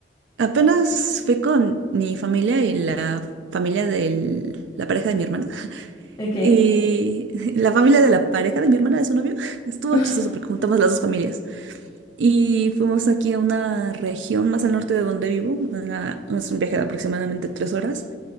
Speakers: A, on the right; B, on the left.
A: apenas fui con mi familia y la familia de la pareja de mi hermana.
B: ¿De qué?
A: Y <laughs> la familia de la pareja de mi hermana, de su novio, <laughs> estuvo
B: <laughs>
A: chistoso porque juntamos las dos familias. Y fuimos aquí a una región más al norte de donde vivo, una- es un viaje de aproximadamente tres horas.